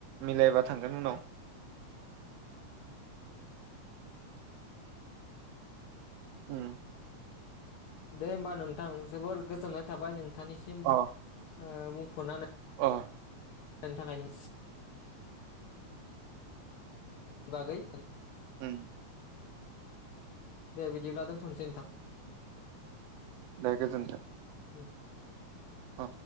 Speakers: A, on the right (about 75°); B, on the left (about 70°).
A: मिलायबा थांगोन उनाव। उम।
B: दे होमबा नोंथां जोबोर गोजोन्नाय थाबाय नों थानिसिम। ओ
A: अ
B: बुंफनानै
A: अ
B: बेनि थाखायनो बागै
A: ओम
B: दे बिदिब्ला दोनथनसै नोंथां
A: दे गोजोन्थों
B: उम।
A: अ